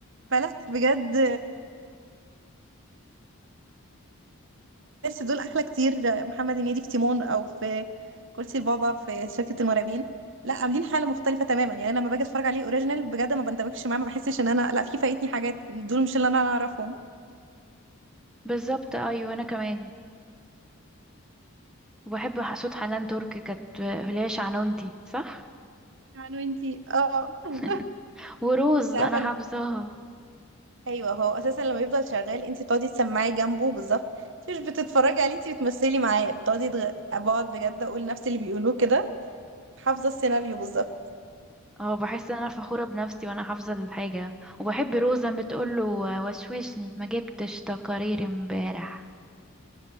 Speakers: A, on the right; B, in the centre.
A: فلا بجد بس دول احلى كتير محمد هنيدي في تيمون او في كرسي البابا في شركة المرعبين لا عاملين حالة مختلفة تماما يعني انا لما باجي اتفرج عليه اوريجينال بجد ما بندمجش معاه ما بحسش ان انا لا في فايتني حاجات دول مش اللي انا اعرفهم
B: بالظبط ايوه انا كمان وبحب ح- صوت حنان ترك كانت اللي هي شعنونتي صح
A: يعني وانتي اه <laughs> انت
B: <laughs> وروز
A: عارفه
B: انا
A: ان
B: حافظاها
A: ايوه هو اساسا لما يفضل شغال انت بتقعدي تسمعي جنبه بالظبط انت مش بتتفرجي عليه انت بتمثلي معاه بتقعدي تغ... بقعد بجد اقول نفس اللي بيقولوه كده حافظه السيناريو بالظبط
B: اه بحس ان انا فخورة بنفسي وانا حافظة الحاجة وبحب روزة بتقوله وشوشني ما جبتش تقارير امبارح